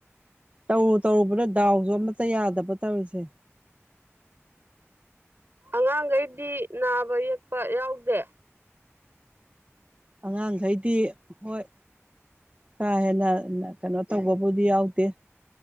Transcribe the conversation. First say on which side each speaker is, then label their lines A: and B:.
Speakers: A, on the right (about 30°); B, on the right (about 50°).
A: ꯇꯧꯔꯨ ꯇꯧꯔꯨꯕꯅ ꯗꯥꯎꯁꯨ ꯑꯃꯠꯇ ꯌꯥꯗꯕ ꯇꯧꯔꯤꯁꯦ
B: ꯑꯉꯥꯡꯈꯩꯗꯤ ꯅꯥꯕ ꯌꯦꯛꯄ ꯌꯥꯎꯗꯦ
A: ꯑꯉꯥꯡꯒꯩꯗꯤ ꯍꯣꯏ ꯀꯥ ꯍꯦꯟꯅ ꯀꯩꯅꯣ ꯇꯧꯕꯕꯨꯗꯤ ꯌꯥꯎꯗꯦ